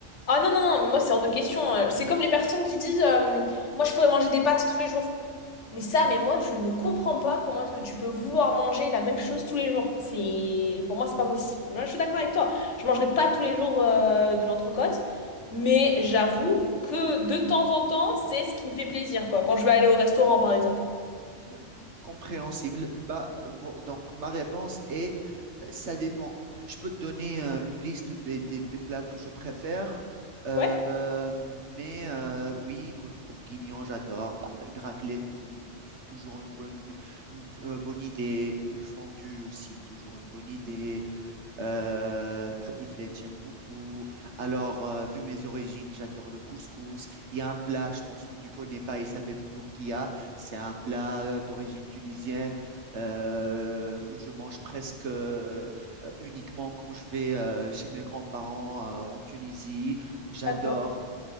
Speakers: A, on the left (about 70°); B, on the right (about 65°).
A: Ah non, non, non, moi c'est hors de question. Euh, C'est comme les personnes qui disent euh, Moi je pourrais manger des pâtes tous les jours. Mais ça, mais moi je ne comprends pas comment est-ce que tu peux vouloir manger la même chose tous les jours. C'est... Pour moi c'est pas possible. Moi, je suis d'accord avec toi. Je mangerai pas tous les jours euh, de l'entrecôte. Mais j'avoue que de temps en temps c'est ce qui me fait plaisir, quoi. Quand je vais aller au restaurant par exemple.
B: euh, compréhensible? Bah, vo- donc, ma réponse est, euh, ça dépend. Je peux te donner euh, une liste des, des- des plats que je préfère, euh,
A: Ouais,
B: euh, mais euh, oui, bœuf bourguignon, j'adore. Bah, une raclette, ou- c'est toujours une bonne, une, euh, bonne idée. Une fondue aussi, toujours une bonne idée. Euh, tartiflette, j'aime beaucoup. Alors, euh, vu mes origines, j'adore le couscous. Il y a un plat, je pense que tu connais pas, il s'appelle l'ourkia. C'est un plat euh, d'origine tunisienne euh, que je mange presque euh, euh, uniquement quand je vais euh, chez mes grands-parents euh, en Tunisie. J'adore.
A: d'accord.